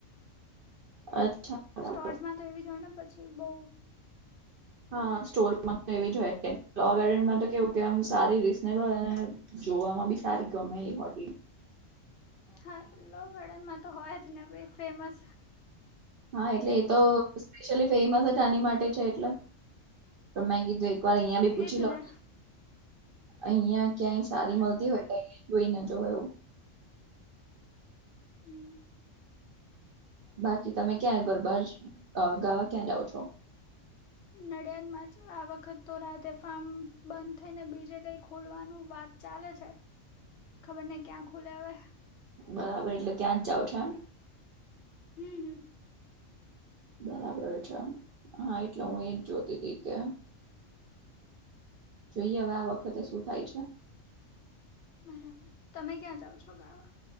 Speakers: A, on the right; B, on the left.
A: અચ્છા બરાબર
B: સ્ટોર્સમાં તો એવી જ હોય ને પછી બઉ
A: હ <inaudible> હા સ્ટોરમાં તો એવી જો હોય કે લો ગાર્ડનમાં તો કેવું કે આમ સારી રીઝનેબલ અને જોવામાં બી સારી ગમે એ બઘી
B: હા લોગાર્ડનમાં તો હોય જ ને ભ‌ઈ ફેમસ
A: હા એટલે એ તો સ્પેશિયલી ફેમસ જ આની માટે છે એટલે મે કીધું એક પણ અહિયાં ભી પુછી
B: એજ
A: લ‌ઉ
B: ને
A: અહીંયા ક્યાંય સારી
B: બરાબર
A: મળતી હોઈએ ને હોય કો‌ઇ ને જોવે એવું.
B: હમ
A: બાકી તમે ક્યાં ગરબા જ અ ગાવા ક્યાં જાવ છો
B: હું નડિયાદમાં છું. આ વખત તો રાધે ફાર્મ બંધ થઈને બીજે કઈ ખોલવાનું વાત ચાલે છે. ખબર નહીં ક્યાં ખુલે હવે.
A: બરાબર એટલે ત્યાં જ જાઓ છો એમ
B: હમ હમ
A: બરાબર છે હા એટલે હું એજ જોતી તી કે જોઈએ આ વખતે શું થાય છે
B: બરાબર તમે ક્યાં જાવ છો ગાવા?